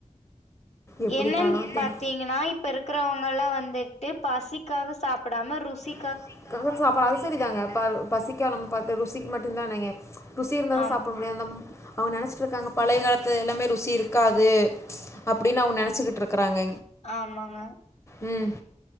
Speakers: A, on the left; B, on the left.
A: எப்படித்தானோ
B: என்னன்னு
A: தெரி
B: பாத்தீங்கன்னா இப்ப இருக்கிறவங்கலாம் வந்துட்டு பசி காக சாப்புடாம ருசி
A: ருசிக்காக அப்ப அது சரிதாங்க பசிக்க நம்ம பாத்தோம் ருசிக்கு மட்டுந்தானேங்க ருசி இருந்தா
B: ஆமா
A: சாப்பிட முடியும் நம் அவுங்க நெனச்சிட்டு இருக்காங்க பழய காலத்து எல்லாமே ருசி இருக்காது அப்டின்னு அவுங்க நெனச்சுகிட்டு இருக்கறாங்க
B: ஆமாங்க
A: ம்